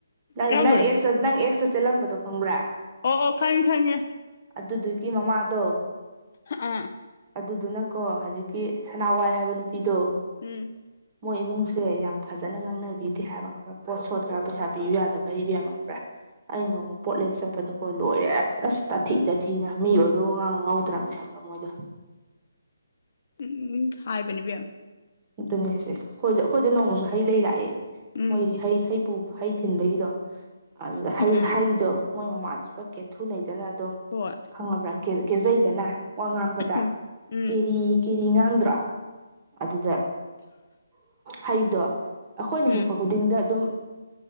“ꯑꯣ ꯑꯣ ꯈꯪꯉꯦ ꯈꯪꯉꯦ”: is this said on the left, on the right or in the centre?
Left